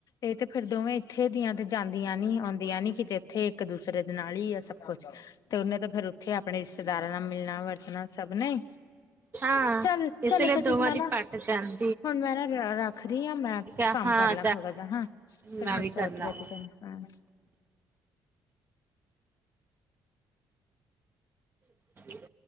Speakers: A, on the left; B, on the right.
A: ਏਹ ਤੇ ਫੇਰ ਦੋਵੇਂ ਇੱਥੇ ਦੀਆਂ ਤੇ ਜਾਂਦੀਆਂ ਨੀ ਆਉਂਦੀਆਂ ਨੀ ਕਿਤੇ ਏਥੇ ਇੱਕ ਦੂ ਫੇਰ ਏਹਦੇ ਨਾਲ ਈ ਐ ਸਭ ਕੁੱਛ। ਤੇ ਉਹਨੇ ਤੇ ਫੇਰ ਉੱਥੇ ਆਪਣੇ ਰਿਸ਼ਤੇਦਾਰਾਂ ਨਾਲ ਮਿਲਣਾ ਵਰਤਣਾ ਸਭ ਨੇ।
B: ਹਾਂ
A: ਚੱਲ
B: ਇਸੇ
A: ਚਲੋ
B: ਲਈ
A: ਅੱਛਾ
B: ਦੋਵਾ
A: ਠੀਕ ਮੈਂ
B: ਦੀ
A: ਨਾ
B: ਪਾਕ ਜਾਣ।
A: ਹੁਣ ਮੈਂ ਨਾ ਰ ਅ ਰੱਖ ਰਈ ਆ ਮੈਂ
B: ਆ
A: ਕੰਮ
B: ਹਾਂ
A: ਕਰ ਲਾ ਥੋੜਾ ਜਾ ਹਾਂ, ਫੇਰ
B: ਮੈਂ
A: ਬੱਚਾ
B: ਵੀ ਕਰਨਾ
A: ਉੱਠ ਗੇਆ
B: ਵਾ
A: ਤੇ ਫਿ ਹਾਂ।
B: <inaudible>